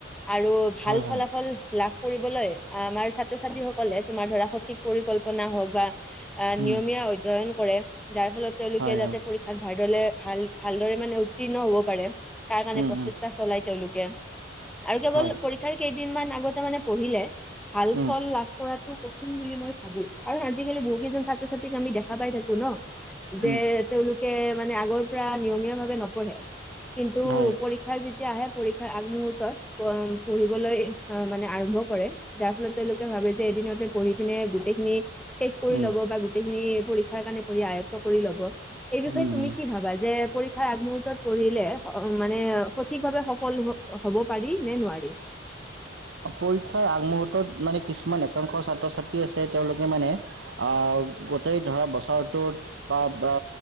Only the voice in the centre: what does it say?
আৰু ভাল
ফলাফল লাভ কৰিবলৈ আমাৰ ছাত্ৰ-ছাত্ৰীসকলে তোমাৰ ধৰা সঠিক পৰিকল্পনা হওক বা আহ
নিয়মীয়া অধ্যয়ন কৰে যাৰ ফলত তেওঁলোকে
যাতে
পৰীক্ষাত ভালদৰে ভাল ভালদৰে মানে উত্তীৰ্ণ হ'ব পাৰে। তাৰ কাৰণে
প্ৰচেষ্টা
চলাই তেওঁলোকে আৰু কেৱল
পৰীক্ষাৰ কেইদিন মান আগতে মানে পঢ়িলে ভাল
ফল লাভ কৰাটো কঠিন বুলি মই ভাবো কাৰ আজিকালি বহু কেইজন ছাত- ছাত্ৰ-ছাত্ৰীক আমি দেখা পাই থাকো ন যে
তেওঁলোকে মানে আগৰ পৰা নিয়মীয়া ভাৱে ন- পঢ়ে কিন্তু
পৰীক্ষাৰ যেতিয়া আহে পৰীক্ষাৰ আগমুহুৰ্তত পঢ়িবলৈ অ, মানে আৰম্ভ কৰে যাৰ ফলত তেওঁলোকে ভাবে যে এদিনতে পঢ়ি পিনে গোটেইখিনি শেষ কৰি
ল'ব বা গোটেইখিনি পৰীক্ষাৰ কাৰণে পঢ় আয়ত্ব কৰি ল'ব। এই বিষয়ে
তুমি
কি ভাবা যে পৰীক্ষাৰ আগমুহূৰ্তত পঢ়িলে অ, মানে সঠিক ভাৱে সফল হ হব পাৰি নে নোৱাৰি?